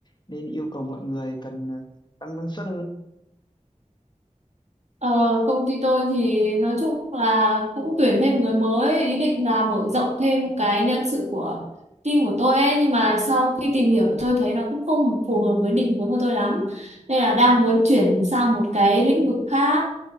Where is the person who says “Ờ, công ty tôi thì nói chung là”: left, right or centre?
Right